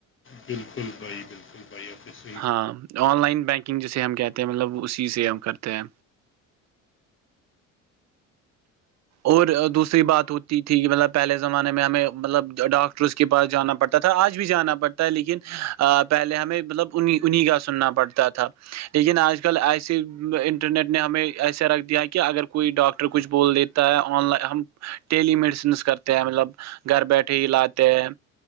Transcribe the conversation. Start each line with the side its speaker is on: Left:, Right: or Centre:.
Left: بالکل بھائی بالکل بھائی آپظ <unintelligible>
Right: ہاں آن لائن بینکنگ جسے ہم کہتے ہیں مطلب اسی سے ہم کرتے ہیں اور دوسری بات ہوتی تھی کہ مطلب پہلے زمانے میں ہمیں مطلب ڈاکٹر اس کے پاس جانا پڑتا تھا آج بھی جانا پڑتا ہے لیکن پہلے ہمیں مطلب ان انہیں کا سننا پڑتا تھا لیکن آج کل ایس انٹرنیٹ نے ہمیں ایسا رکھ دیا کہ اگر کوئی ڈاکٹر ٹر کچھ بول دیتا ہے آن لائ ہم ٹیلی میڈیسنس کرتے ہیں مطلب گھر بیٹھے ہی لاتے ہیں